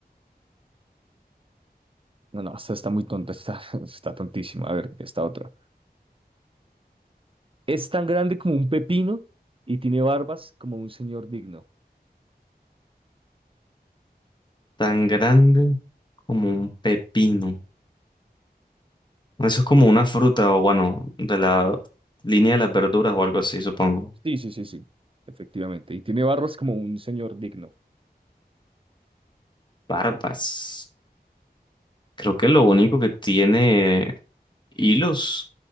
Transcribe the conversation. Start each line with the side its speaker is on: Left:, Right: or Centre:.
Right: No, no, esta está muy tonta, está, <laughs> está tontísima. A ver, esta otra. Es tan grande como un pepino y tiene barbas como un señor digno.
Left: Tan grande como un pepino. Eso es como una fruta o bueno, de la línea de las verduras o algo así, supongo.
Right: Sí, sí, sí, sí, efectivamente. Y tiene barbas como un señor digno.
Left: Barbas. Creo que lo único que tiene hilos